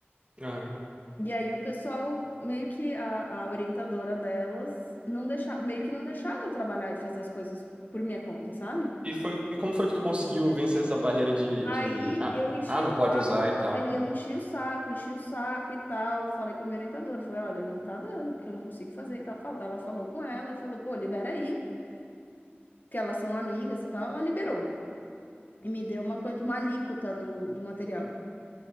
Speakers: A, on the right; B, on the left.
A: Aham.
B: E aí o pessoal meio que a, a orientadora delas não deixava, meio que não deixava eu trabalhar e fazer as coisas por minha conta, sabe?
A: E foi, e como foi que tu conseguiu vencer essa barreira de,
B: Aí
A: de... Ah,
B: eu enchi
A: ah, não
B: o
A: pode
B: saco,
A: usar e tal?
B: aí eu enchi o saco, enchi o saco e tal. Falei com a minha orientadora, falei, olha, não tá dando, porque eu não consigo fazer e tal. Fal- Ela falou com ela e falou, pô, libera aí, que elas são amigas e tal. Ela liberou e me deu uma, quan- uma alíquota do, do material.